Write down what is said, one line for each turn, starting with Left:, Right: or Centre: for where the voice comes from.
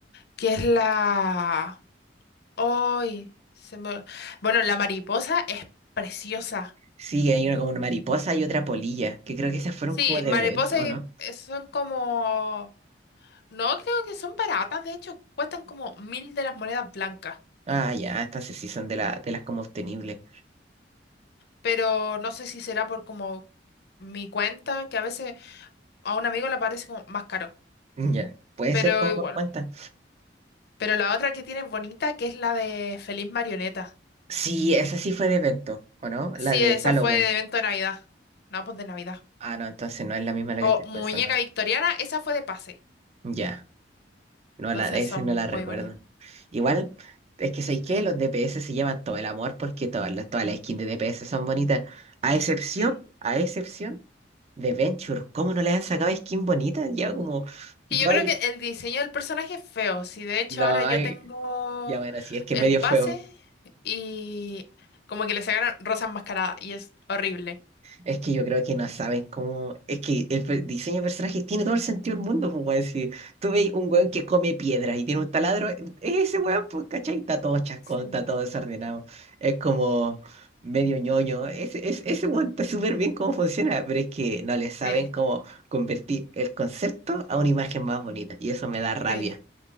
Left: que es la... ay se me... Bueno, la mariposa es preciosa.
Right: Sí, hay una como una mariposa y otra polilla, que creo que esas fueron
Left: Sí,
Right: como de
Left: mariposas
Right: evento, ¿o
Left: y
Right: no?
Left: eh, son como... No, creo que son baratas, de hecho, cuestan como mil de las monedas blancas.
Right: Ah, ya, estas sí son de, la, de las como obtenibles.
Left: pero no sé si será por como mi cuenta, que a veces a un amigo le parece como más caro,
Right: Mm, Ya, puede
Left: pero
Right: ser como
Left: igual.
Right: por cuenta.
Left: Pero la otra que tiene es bonita, que es la de Feliz Marioneta.
Right: Sí, esa sí fue de evento, ¿o no?
Left: Sí,
Right: La de
Left: esa
Right: Halloween.
Left: fue de evento de Navidad. No, pues de Navidad.
Right: Ah, no, entonces no es la misma la que estoy
Left: O
Right: pensando.
Left: Muñeca Victoriana, esa fue de pase.
Right: Ya. No
Left: Entonces
Right: la, ese
Left: son
Right: no la recuerdo.
Left: muy bonitas.
Right: Igual, es que ¿sabéis qué? Los DPS se llevan todo el amor porque todas las, todas las skins de DPS son bonitas. A excepción,
Left: Sí.
Right: a excepción de Venture. ¿Cómo no le han sacado skin bonita? Ya como.
Left: Y
Right: dos
Left: yo creo
Right: años-
Left: que el diseño del personaje es feo. Sí, de hecho
Right: No,
Left: ahora
Right: hay.
Left: yo tengo
Right: Ya bueno, sí, es que
Left: el
Right: es medio
Left: pase
Right: feo.
Left: y como que le sacaron Rosa Enmascarada y es horrible.
Right: Es que yo creo que no saben cómo. Es que el per- diseño de personajes tiene todo el sentido del mundo, pues, weón. Si tú veis un weón que come piedra y tiene un taladro, es ese weón, pues, ¿cachai? Está todo chascón,
Left: Sí.
Right: está todo desordenado. Es como medio ñoño. Ese, ese, ese weón está súper bien cómo funciona, pero es que no le saben
Left: Sí,
Right: cómo convertir el concepto a una imagen más bonita. Y eso me da rabia.
Left: sí.